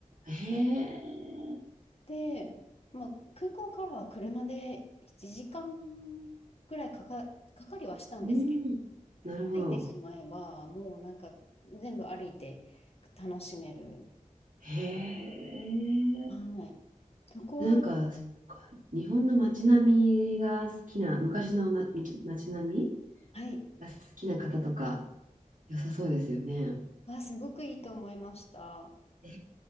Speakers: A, on the right; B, on the left.
A: へえ、
B: で、まあ、空港からは車で1時間ぐらいかか、かかりはしたんですけど、
A: うん、なるほど。
B: 着いてしまえば、もうなんか全部歩いて楽しめる。
A: へえ。
B: はい。そこは、
A: なんか、そっか、日本の街並みが好きな、昔のな、み街並み
B: はい。
A: が好きな方とか、良さそうですよね。
B: あ、すごくいいと思いました。
A: え